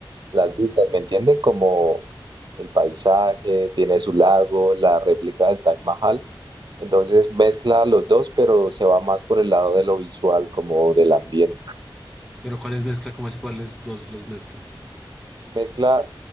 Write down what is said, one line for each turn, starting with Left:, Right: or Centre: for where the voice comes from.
Right: las vistas, ¿me entienden? Como el paisaje, tiene su lago, la réplica del Taj Mahal. Entonces mezcla los dos, pero se va más por el lado de lo visual, como del ambiente.
Centre: Pero ¿cuáles mezcla? ¿Cómo así cuáles dos los mezcla?
Right: Mezcla